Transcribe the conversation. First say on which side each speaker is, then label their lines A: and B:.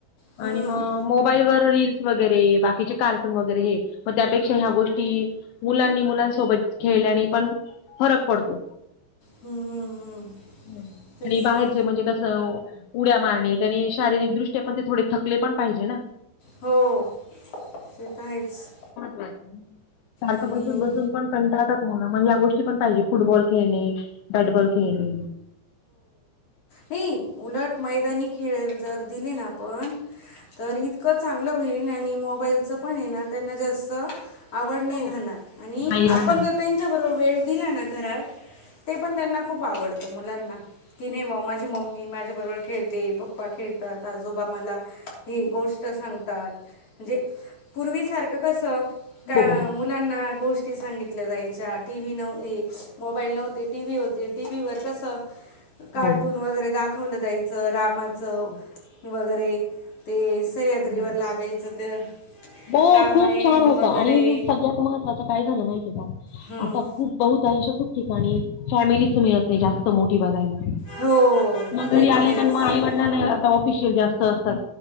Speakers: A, on the left (about 35°); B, on the left (about 75°).
A: हां
B: आणि मग मोबाईलवर रील्स - वगैरे. बाकीचे कार्टून वगैरे हे. मग त्यापेक्षा ह्या गोष्टी मुलांनी मुलां - -सोबत खेळल्याने पण फरक पडतो.
A: हम्म. हम्म.
B: हं.
A: तेच
B: आणि बाहेरचे
A: तर
B: म्हणजे- कस उड्या मारणे त्यानी शारीरिकदृष्ट्या पण ते थोडे थकले पण पाहिजे ना?
A: हो. ते तर आहेच.
B: सारखं
A: आणि
B: बसून बसून- पण कंटाळतात मुलं मग या गोष्टी पण पाहीजे फुटबॉल खेळणे बॅटबॉल खेळणे.
A: नाई उलट मैदानी खेळ जर दिले ना आपण तरी इतकं चांगलं होईल आणि मोबाईलचं पण ए ना त्यांना जास्त आवड नाय
B: हो
A: राहणार. आणि
B: नाही राहणार
A: आपण जर त्यां च्या बरोबर वेळ दिला ना घरात ते पण त्यांना खूप आवडतं मुलांना. कि नाय बॉ माझी मम्मी माझ्या बरोबर खेळते पप्पा खेळतात आजोबा मला ही गोष्ट सांगतात म्हणजे पूर्वी सारखं कसं त्या
B: हो
A: मु लांना गोष्टी सांगितल्या जायच्या टी व्ही नव मोबाईल नव्हते टी व्ही होते. टी व्ही वर कसं कार्टून
B: हो
A: वगैरे दाखवलं जायचं रामाचं.
B: हो
A: वगैरे ते सह्याद्रीवर
B: हो
A: लागायचं ते.
B: हो
A: रामायण
B: खूप छान होतं
A: वगैरे
B: आणि सगळ्यात महत्त्वाचं काय झालं माहिती आय का?
A: हं.
B: आता खूप बहुतांश खूप ठिकाणी फॅमिलीच मिळत नाय जास्त मोठी बघायला.
A: हो.
B: मगं
A: ते
B: घरी
A: तर
B: आले
A: आहेच
B: का म आईवडीलाना आता ऑफिशियल जास्त असतात.